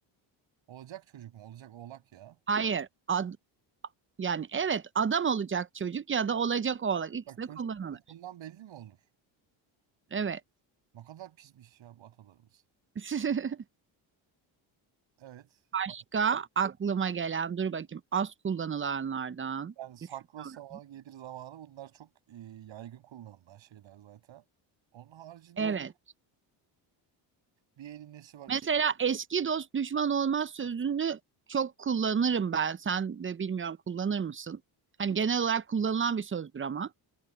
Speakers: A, on the right; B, on the right.
A: Olacak çocuk mu? Olacak oğlak ya.
B: Hayır ad- yani evet adam olacak çocuk ya da olacak oğlak ikisi
A: Bak
B: de
A: çocuk
B: kullanılır.
A: bokundan belli mi olur?
B: Evet.
A: Ne kadar pismiş ya bu atalarımız.
B: <laughs>
A: Evet.
B: Başka
A: Bak,
B: aklıma gelen dur bakayım az kullanılanlardan
A: Yani sakla
B: düşünüyorum.
A: savanı gelir zamanı bunlar çok e, yaygın kullanılan şeyler zaten. Onun haricinde
B: Evet.
A: bir elin nesi var? İki,
B: Mesela eski dost düşman olmaz sözünü çok kullanırım ben. Sen de bilmiyorum kullanır mısın? Hani genel olarak kullanılan bir sözdür ama.